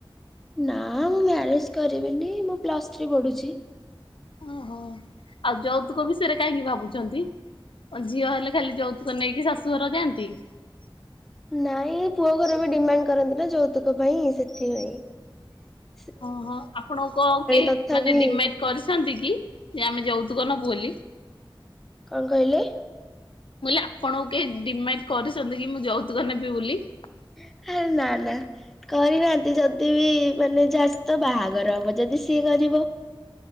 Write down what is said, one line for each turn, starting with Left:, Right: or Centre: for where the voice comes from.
Centre: ନା ମୁଁ ମ୍ୟାରେଜ କରିବିନି ମୁଁ ପ୍ଲସଥ୍ରୀ ପଢୁଛି ।
Left: ଓହୋ ଆଉ ଯୌତୁକ ବିଷୟରେ କାହିଁକି ଭାବୁଛନ୍ତି । ଝିଅ ହେଲେ ଖାଲି ଯୌତୁକ ନେଇକି ଶାଶୁଘର ଯାଆନ୍ତି ।
Centre: ନାଇଁ ପୁଅ ଘର ବି ଡିମାଣ୍ଡ କରନ୍ତି ନା ଯୌତୁକ ପାଇଁ ସେଥିପାଇଁ ।
Left: ଓହୋ ଆପଣଙ୍କ କେହି
Centre: ତଥାପି
Left: ମାନେ ଡିମାଣ୍ଡ କରିଛନ୍ତି କି ଯେ ଆମେ ଯୌତୁକ ନ ବୋଲି
Centre: କଣ କହିଲେ
Left: ଆପଣଙ୍କୁ କେହି ଡିମା କରିଛନ୍ତି କି ମୁଁ ଯୌତୁକ ନେବି ବୋଲି ।
Centre: <inaudible> ନା ନା କରିନାହାନ୍ତି ଯଦି ବି ମାନେ ଯା ସହିତ ବାହାଘର ହବ ଯଦି ସିଏ କରିବ ।